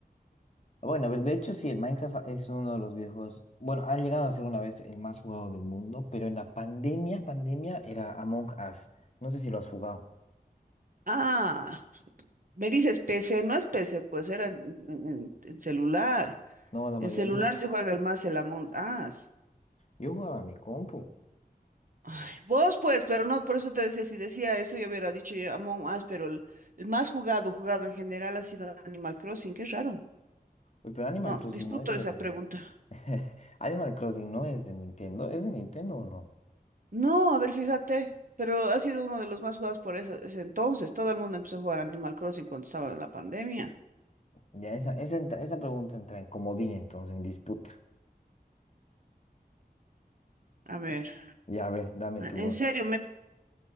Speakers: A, on the left; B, on the right.
A: Bueno, a ver, de hecho sí, el Minecraft es uno de los videojuegos, bueno, ha llegado a ser una vez el más jugado del mundo, pero en la pandemia, pandemia era Among Us. No sé si lo has jugado,
B: Ah, me dices PC, no es PC, pues era en, en- en- en celular.
A: no, la mayoría.
B: En celular se juega el más el Among Us.
A: Yo jugaba a mi compu,
B: Ay, vos pues, pero no, por eso te decía, si decía eso yo hubiera dicho yo Among Us, pero el, el más jugado, jugado en general ha sido Animal Crossing, qué raro.
A: Uy, pero Animal
B: No,
A: Crossing
B: disputo
A: no es de...
B: esa pregunta.
A: <laughs> Animal Crossing no es de Nintendo, ¿es de Nintendo o no?
B: No, a ver, fíjate, pero ha sido uno de los más jugados por ese, ese entonces. Todo el mundo empezó a jugar Animal Crossing cuando estaba en la pandemia.
A: Ya, esa, esa, entra- esa pregunta entra en comodín entonces, en disputa.
B: A ver,
A: Ya, a ver, dame
B: a-
A: tu
B: en
A: otra.
B: serio, me,